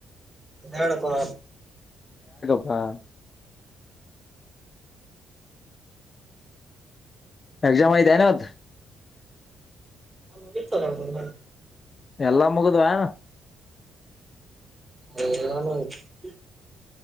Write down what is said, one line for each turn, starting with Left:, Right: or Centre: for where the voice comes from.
Right: ಹಡ ಬಾ
Left: ಹಾ ಎಸಾಮ ಆದೆನತ್ <inaudible>
Right: ನ ಇರ್ತರಲ್ಲ <inaudible>
Left: ಎಲ್ಲಾ ಮುಗಿದವಾ
Right: <unintelligible>